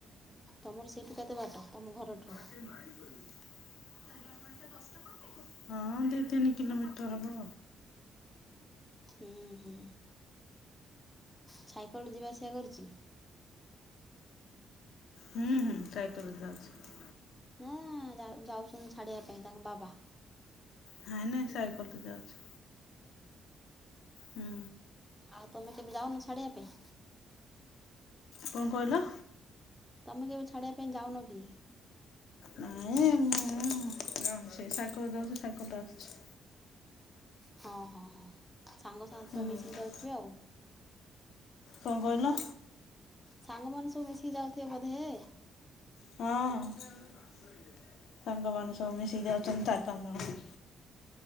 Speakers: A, in the centre; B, on the left (about 75°).
A: ତମର ସେଇଠୁ କେତେ ବାଟ ତମ ଘରଠୁ?
B: <inaudible> ହଁ ଦି ତିନି କିଲୋମିଟର ହବ।
A: ହୁଁ ହୁଁ। ସାଇକେଲ୍ ରେ ଯିବା ଆସିବା କରୁଚି?
B: ହୁଁ ହୁଁ ସାଇକଲ୍ ରେ ଯାଉଚି।
A: ନାଆଁ ଯାଉ-ଯାଉଛନ୍ତି ଛାଡିବା ପାଇଁ ତାଙ୍କ ବାବା।
B: ନାଇଁ ନାଇଁ ସାଇକେଲ୍ ରେ ଯାଉଛି ହୁଁ।
A: ଆଉ ତମେ କେବେ ଯାଉନ ଛାଡିବା ପାଇଁ।
B: କଣ କହିଲ?
A: ତମେ କେବେ ଛାଡ଼ିବା ପାଇଁ ଯାଉନ କି?
B: ନାଇଁ ମୁଁ ଯାଉନି ସେ ସାଇକଲ୍ ରେ ଯାଉଛି ସାଇକଲ୍ ରେ ଆସୁଛି।
A: ହଁ ହଁ ହଁ ସାଙ୍ଗ ସାଙ୍ଗ
B: ହୁଁ
A: ସହ ମିଶିକି ଯାଉଥିବେ ଆଉ।
B: କଣ କହିଲ?
A: ସାଙ୍ଗ ମାନେ ସବୁ ମିଶିକି ଯାଉଥିବେ ବୋଧେ ଏ।
B: ହଁ ହଁ ସାଙ୍ଗମାନେ ସବୁ ମିଶିକି ଯାଉଛନ୍ତି ଚାରି ପାଞ୍ଚ ଜଣ।